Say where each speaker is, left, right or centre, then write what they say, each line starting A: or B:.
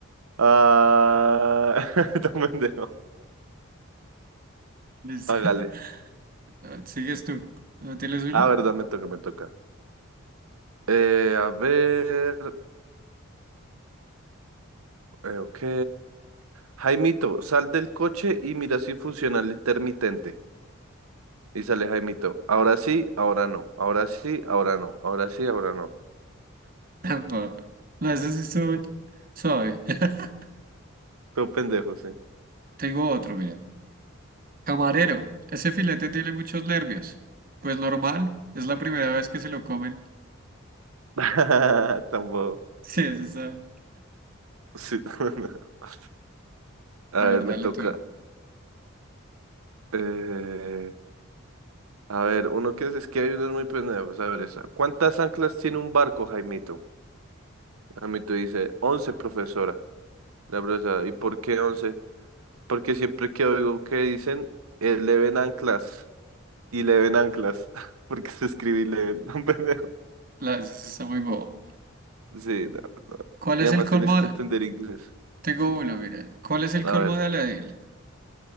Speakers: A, on the right (about 85°); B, on the right (about 40°).
A: Ah, <laughs> no, pendejo.
B: <laughs>
A: Hágale.
B: Ah, ¿Sigues tú? ¿No tienes uno?
A: Ah, verdad, me toca, me toca. Eh, a ver, eh, ok. Jaimito, sal del coche y mira si funciona el intermitente. Y sale Jaimito. Ahora sí, ahora no. Ahora sí, ahora no. Ahora sí, ahora no.
B: <laughs> No, no, ese sí estuvo suave. <laughs>
A: Todo pendejo, sí.
B: Tengo otro, mira. Camarero, ese filete tiene muchos nervios. Pues normal, es la primera vez que se lo comen. <laughs>
A: <laughs> Tampoco.
B: Sí, ese está.
A: Sí. <laughs> A
B: A
A: ver,
B: ver,
A: me
B: dale
A: toca.
B: tú.
A: eh, a ver, uno que es, es que hay unos muy pendejos. A ver, esa. ¿Cuántas anclas tiene un barco, Jaimito? Jaimito dice, once, profesora. La profesora, ¿y por qué once? Porque siempre que oigo que dicen, eh, le ven anclas y le ven anclas. <laughs> Porque se escribe y le ven, <laughs> un pendejo.
B: La, ese sí está muy bobo.
A: Sí, no.
B: ¿Cuál
A: Y
B: es
A: además
B: el colmo
A: tienes que
B: de-
A: entender inglés.
B: Tengo uno, mira. ¿Cuál es el
A: A
B: colmo
A: ver,
B: de Aladil?